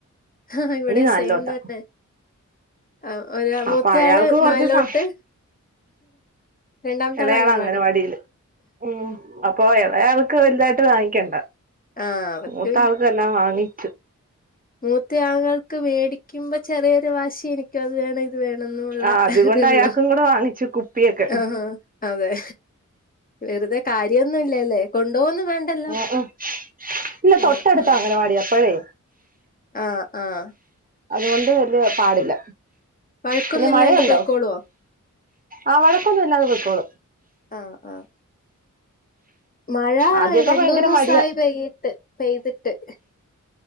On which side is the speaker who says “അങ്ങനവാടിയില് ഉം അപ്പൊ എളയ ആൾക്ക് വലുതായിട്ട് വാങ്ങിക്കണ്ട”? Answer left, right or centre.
Right